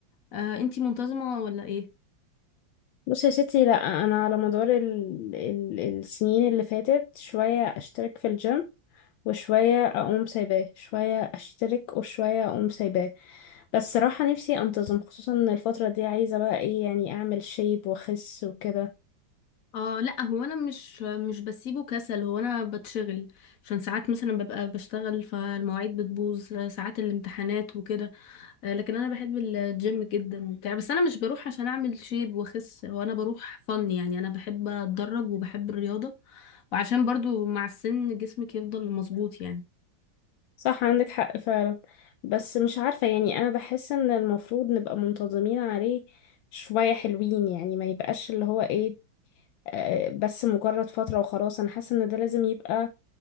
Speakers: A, on the left; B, on the left.
A: آه انتي منتظمة ولا ايه
B: بصي يا ستي لا انا على مدار ال... ال... السنين اللي فاتت شوية اشترك في الجيم وشوية اقوم سايباه شوية اشترك وشوية اقوم سايباه بس صراحة نفسي انتظم خصوصا ان الفترة دي عايزة بقى ايه يعني اعمل شيب واخس وكده
A: اه لا هو انا مش مش بسيبه كسل هو انا بتشغل عشان ساعات مثلا ببقى بشتغل فالمواعيد بتبوظ آه، ساعات الامتحانات وكده آه لكن انا بحب الجيم جدا وبتاع بس انا مش بروح عشان اعمل شيب واخس هو انا بروح فن يعني انا بحب اتدرب وبحب الرياضة وعشان برضو مع السن جسمك يفضل مظبوط يعني
B: صح عندك حق فعلا بس مش عارفة يعني أنا بحس إن المفروض نبقى منتظمين عليه شوية حلوين يعني ما يبقاش اللي هو إيه آه، بس مجرد فترة وخلاص أنا حاسة إن ده لازم يبقى